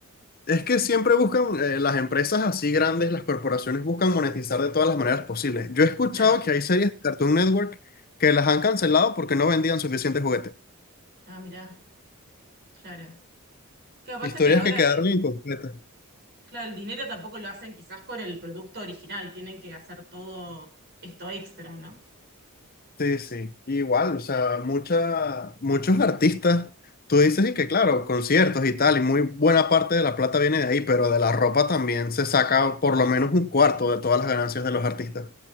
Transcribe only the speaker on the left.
es que siempre buscan, eh, las empresas así grandes, las corporaciones buscan monetizar de todas las maneras posibles. Yo he escuchado
que hay series de Cartoon Network que las han cancelado porque no vendían suficientes juguetes.
Historias
que quedaron
incompletas.
Sí, sí. Igual, o sea, mucha, muchos artistas, tú dices y que claro, conciertos y tal, y muy buena parte de la plata viene de ahí, pero de la ropa también se saca por lo menos un cuarto de todas las ganancias de los artistas.